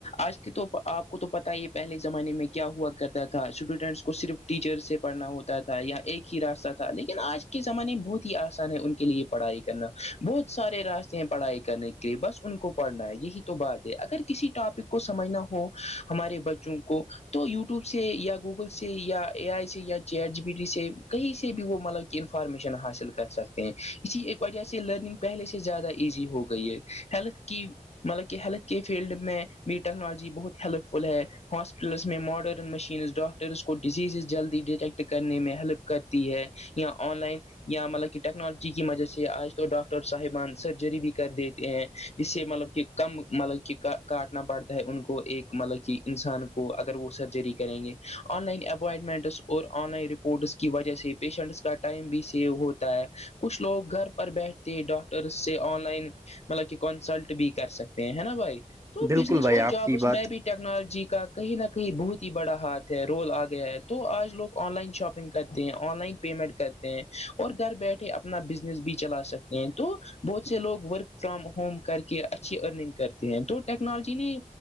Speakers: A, on the left (about 50°); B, on the right (about 20°).
A: آج کے تو آپ کو تو پتا یہ پہلے زمانے میں کیا ہوا کرتا تھا اسٹوڈنٹس کو صرف ٹیچر سے پڑنا ہوتا تھا تھا یا ایک ہی راستہ تھا لیکن آج کے زمانے میں بہت ہی آسان ہے ان کے لیے پڑھائی کرنا بہت سارے راستے ہیں پڑھائی کرنے کے بس ان کو پڑھنا ہے یہی تو بات ہے اگر کسی ٹاپک کو سمجھنا ہو ہمارے بچوں کو تو یوٹیوب سے یا گوگل سے یا اے آئی سے یا چر جی بی ڈ سے کہیں سے بھی وہ مل انفارمیشن حاصل کر سکتے ہیں اسی وجہ سے لرننگ پہلے سے زیادہ ایزی ہو گئی ہے ہیلتھ کی مطلب کہ ہیلتھ کے فیلڈ میں بھی ٹیکنالوجی بہت ہیلپ فل ہے ہاسپٹلس میں ماڈرن مشینز ڈاکٹرس کو ڈیزیزز جلدی ڈیٹیکٹ کرنے میں ہیلپ کرتی ہے یا آن لائن یا مطلب کہ ٹیکنالوجی کی مدد سے آج تو ڈاکٹر صاحبان سرجری بھی کر دیتے ہیں جس سے مطلب کہ کم مطلب کہ کاٹنا پڑتا ہے ان کو ایک مطلب کہ انسان کو اگر وہ سرجری کریں گے آن لائن اپوائنٹمنٹس اور آن لائن رپورٹس کی وجہ سے پیشنٹس کا ٹائم بھی سیو ہوتا ہے کچھ لوگ گھر پر بیٹھ ڈاکٹر سے آن لائن مطلب کہ کنسلٹ بھی کر سکتے ہیں نا بھائی تو
B: بالکل
A: بزنس
B: بھائی
A: اور
B: آپ
A: جابس
B: کی بات
A: میں بھی ٹیکنالوجی کا کہیں نہ کہیں بہت ہی بڑا ہاتھ ہے رول آ گیا ہے تو آج لوگ آن لائن شاپنگ گ کرتے ہیں آن لائن پیمنٹ کرتے ہیں اور گھر بیٹھے اپنا بزنس بھی چلا سکتے ہیں تو بہت سے لوگ ورک فرام ہوم کر کے اچھی ارننگ کرتے ہیں تو ٹیکنالوجی نے